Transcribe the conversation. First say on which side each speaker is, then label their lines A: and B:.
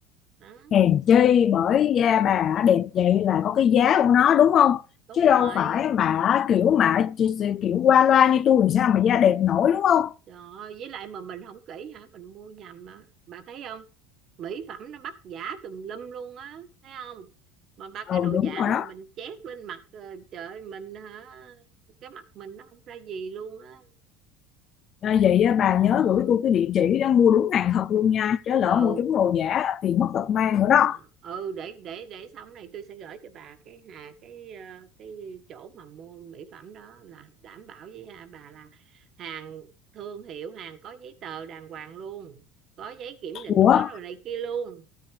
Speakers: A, on the right (about 45°); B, on the left (about 40°).
A: đó
B: hèn chi
A: <clears throat>
B: bởi da bà đẹp vậy là có cái giá của nó đúng không?
A: đúng
B: Chứ đâu
A: rồi
B: phải mà kiểu mà chỉ- chỉ kiểu qua loa như tôi làm sao mà da đẹp nổi đúng không?
A: Rồi, với lại mà mình không kỹ hả? Mình mua nhầm mà. Bà thấy không? Mỹ phẩm nó bắt giả tùm lum luôn á, thấy không? Mà ba cái
B: Ừ
A: đồ giả
B: đúng rồi đó.
A: mà mình chét lên mặt ờ, trời ơi, mình hả? Cái mặt mình nó không ra gì luôn á.
B: À, vậy á, bà
A: Ờ,
B: nhớ gửi tôi cái địa chỉ đó mua đúng hàng thật luôn nha, chứ lỡ
A: ừ.
B: mua trúng đồ giả tiền mất tật mang nữa đó.
A: ờ, Ừ để để để xong này tôi sẽ gửi cho bà cái hà cái ờ, cái chỗ mà mua mỹ phẩm đó là đảm bảo với hà bà là hàng thương hiệu hàng có giấy tờ đàng hoàng luôn có giấy kiểm định
B: Ủa
A: có rồi này kia luôn